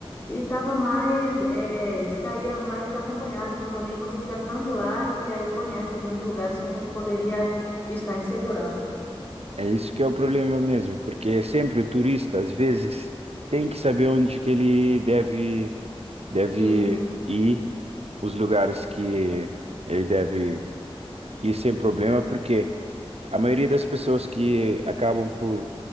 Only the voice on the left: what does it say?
E tava mais, eh, saía mais acompanhado com os amigos que já são de lá, que aí conhecem meus lugares que a gente poderia estar em segurança.
E